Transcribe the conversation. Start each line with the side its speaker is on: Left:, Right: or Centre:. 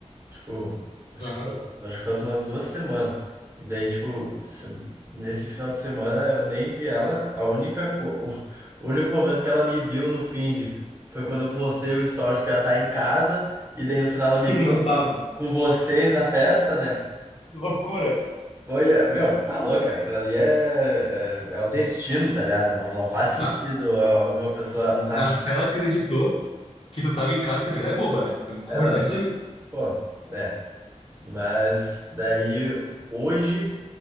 Right: Tipo, acho
Left: Aham.
Right: que,
Left: <laughs>
Right: acho que faz umas duas semanas. E daí, tipo, se- nesse final de semana eu nem vi ela. A única, co- <laughs> o único momento que ela me viu no feed foi quando eu postei o stories que ela tá em casa. E daí no final ela me
Left: E
Right: viu
Left: não tava.
Right: com vocês na festa, né?
Left: Loucura.
Right: Foi, eh, meu, tá louco, cara. Aquilo ali é, é, é o destino, tá ligado? Não, não faz sentido
Left: Tá.
Right: ah, alguma pessoa nos achar.
Left: Mas se ela acreditou que tu tava em casa também, ela é boba, né? Temos que concordar
Right: É, não,
Left: isso aí.
Right: pô, né? Mas daí hoje